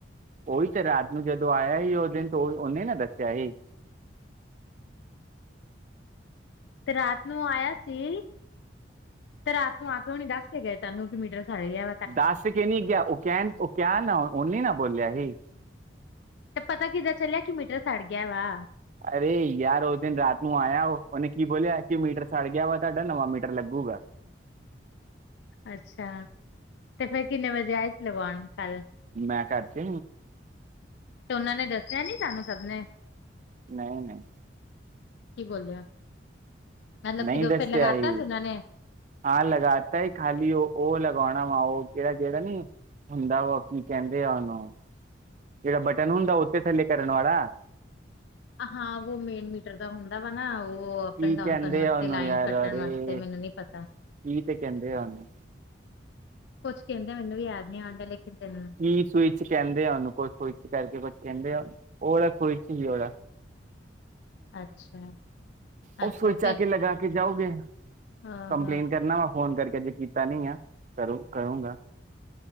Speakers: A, on the right (about 40°); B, on the left (about 65°).
A: ਉਹੀ ਤੇ ਰਾਤ ਨੂੰ ਜਦੋਂ ਆਇਆ ਸੀ ਉਸ ਦਿਨ ਤਾਂ ਉਹਨੇ ਨਾ ਦੱਸਿਆ ਸੀ
B: ਤੇ ਰਾਤ ਨੂੰ ਆਇਆ ਸੀ ਤੇ ਰਾਤ ਨੂੰ ਆ ਕੇ ਹਣੀ ਦੱਸ ਕੇ ਗਏ ਤੈਨੂੰ ਕਿ ਮੀਟਰ ਸਾੜੇ ਆ
A: ਦੱਸ ਕੇ ਨੀ ਗਿਆ ਉਹ ਕਹਿਣ ਉਹ ਕ ਨਾ ਉਹਨੇ ਨਾ ਬੋਲਿਆ ਸੀ
B: ਤੇ ਪਤਾ ਕਿੱਦਾਂ ਚੱਲਿਆ ਕਿ ਮੀਟਰ ਸੜ ਗਿਆ ਵਾ
A: ਅਰੇ ਯਾਰ ਉਹ ਦਿਨ ਰਾਤ ਨੂੰ ਆਇ ਉਹਨੇ ਕੀ ਬੋਲਿਆ ਕਿ ਮੀਟਰ ਸੜ ਗਿਆ ਵਾ ਤੁਹਾਡਾ ਨਵਾਂ ਮੀਟਰ ਲੱਗੂਗਾ
B: ਅੱਛਾ ਤੇ ਫੇਿਰ ਕਿੰਨੇ ਵਜੇ ਆਏ ਲਗਾਉਣ ਕੱਲ
A: ਮੈਂ ਕਰ ਚ
B: ਤੇ ਉਹਨਾਂ ਨੇ ਦੱਸਿਆ ਨੀ ਸਾਨੂੰ ਸਭ ਨੇ
A: ਨਹੀਂ ਨਹੀਂ
B: ਕੀ ਬੋਲਦੇ ਮਤਲਬ
A: ਨਹੀਂ
B: ਕਿ
A: ਦੱਸਿਆ
B: ਫੇਿਰ ਲਗਾਤਾ
A: ਹੀ
B: ਜ ਉਹਨਾਂ ਨੇ
A: ਹਾਂ ਲਗਾਤਾ ਖਾਲੀ ਉਹ ਉਹ ਲਗਾਉਣਾ ਵਾ ਉਹ ਕਿਹੜਾ ਕਿਹੜਾ ਨੀ ਹੁੰਦਾ ਵਾ ਕੀ ਕਹਿੰਦੇ ਆ ਉਹਨੂੰ ਜਿਹੜਾ ਬਟਨ ਹੁੰਦਾ ਉਥੇ ਥੱਲੇ ਕਰਨ ਵਾਲਾ
B: ਹਾਂ ਵੋ ਮੇਨ ਮੀਟਰ ਹੁੰਦਾ ਵਾ ਨਾ ਉਹ
A: ਕੀ
B: ਅਪ ਐਂਡ ਡਾਊਨ
A: ਕਹਿੰਦੇ
B: ਕਰਨ ਵਾਸਤੇ
A: ਆ ਉਹਨੂੰ
B: ਲਾਈਨ
A: ਯਾਰ
B: ਕੱਟਣ
A: ਅਰੇ
B: ਵਾਸਤੇ ਮੈਨੂੰ ਨੀ ਪਤਾ
A: ਕੀ ਸੈਕਿੰੇ ਹਾਨੂੰ
B: ਕੁਛ ਕਹਿੰਦੇ ਮੈਨੂੰ ਵੀ ਯਾਦ ਨ ਆਂਦਾ ਲੇਕਿਨ ਤੈਨੂੰ
A: ਈ ਸਵਿੱਚ ਕਹਿੰਦੇ ਆ ਉਹਨੂੰ ਕ ਕੋਈ ਕੁ ਸਵਿੱਚ ਕਰਕੇ ਕੁਛ ਕਹਿੰਦੇ ਆ, ਓ ਵਾਲਾ ਸਵਿੱਚ ਈ <unintelligible>
B: ਅੱਛਾ
A: ਓ
B: ਅੱਛਾ
A: ਸਵਿਚ
B: ਫਿਰ
A: ਆ ਕੇ ਲਗਾ ਕੇ ਜਾਓਗੇ,
B: ਹਾਂ
A: ਕੰਪਲੇਨ
B: ਹਾਂ
A: ਕਰਨਾ ਵਾ। ਫੋਨ ਕਰਕੇ ਅਜੇ ਕੀਤਾ ਨੀ ਆ, ਕਰੂ ਕਰੂੰਗਾ।